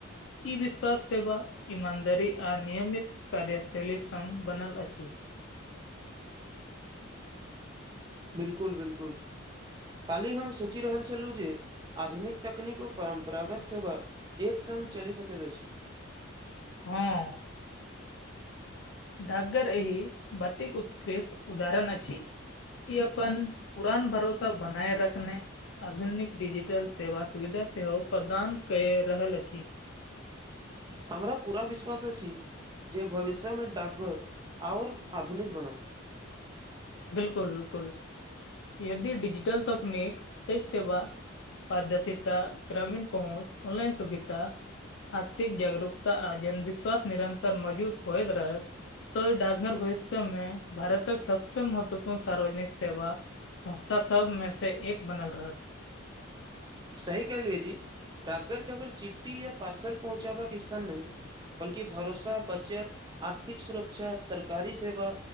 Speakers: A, on the left; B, on the right.
A: ई विश्वास सेवा ईमानदारी आ नियमित कार्यशैली संग बनल अछि, <inaudible>
B: बिल्कुल बिल्कुल, काल्हि हम सोचि रहल छलहुँ जे आधुनिक तकनीक ओ परम्परागत सेवा एक सङ्ग चलि सकैत अछि
A: हँ। डाक घरएहि बतेक उत्कृष्ट उदाहरण अ अछि, ई अपन पुरान भरोसा बनाए रखने आधुनिक डिजिटल सेवा सुविधा सेहो प्रदान कए रहल अछि,
B: हमरा पूरा विश्वास अछि जे भविष्यमे डाकघर आओर आधुनिक बनत
A: बिल्कुल बिल्कुल यदि डिजिटल तकनीक एहि सेवा पदर्शितता ग्रामीण पहुँच ऑनलाइन सुविधा आथिक जागरूकता आ जनविश्वास निरन्तर मौजूद होइत रहत तऽ डाक्घर भविष्यमे भारतक सब सबसँ महत्वपूर्ण सार्वजनिक सेवा संस्था सबमे से एक बनल रहत
B: सही कह लियए जी टा्गर केवल चिट्ठी या पार्सल पहुँचबाक के स्थान नहि बल्कि भरोसा बचत आर्थिक सुरक्षा सरकारी सेवा